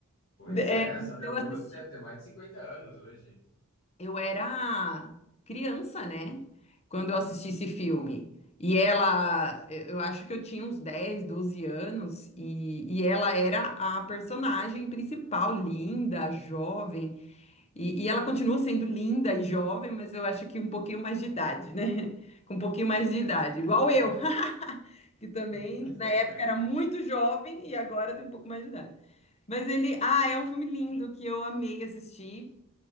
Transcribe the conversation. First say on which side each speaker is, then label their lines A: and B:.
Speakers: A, on the left; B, on the left.
A: Pois
B: É,
A: é, a Sandra
B: eu
A: Bullock
B: assisti.
A: deve ter mais de cinquenta anos hoje.
B: Eu era criança, né? Quando eu assisti esse filme. E ela, eu acho que eu tinha uns 10, 12 anos, e, e ela era a personagem principal, linda, jovem. E, e ela continua sendo linda e jovem, mas eu acho que um pouquinho mais de idade, né? <laughs> Com um pouquinho mais de idade, igual eu, <laughs> que também
A: <laughs>
B: na época era muito jovem e agora tem um pouco mais de idade. Mas ele, ah, é um filme lindo que eu amei assistir.